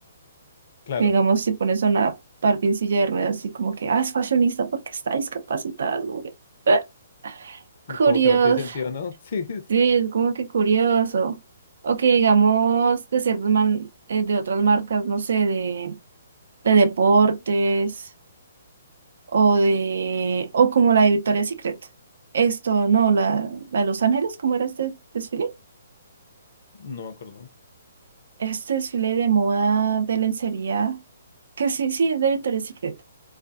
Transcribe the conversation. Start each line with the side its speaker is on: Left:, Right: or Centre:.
Left: claro.
Right: Que digamos, si pones a una Barbie en silla de ruedas, así como que, ah, es fashionista porque está discapacitada, como que, "Ah, curioso,
Left: Como que no tiene sentido, ¿no? <laughs> Sí, es-
Right: sí, es como que curioso. O que digamos, de ciertas man- eh, de otras marcas, no sé, de, de deportes, o de, o como la de Victoria's Secret. Esto, no, la, la de Los Ángeles, ¿cómo era este desfile?
Left: no me acuerdo.
Right: este desfile de moda de lencería, que sí, sí, es de Victoria's Secret.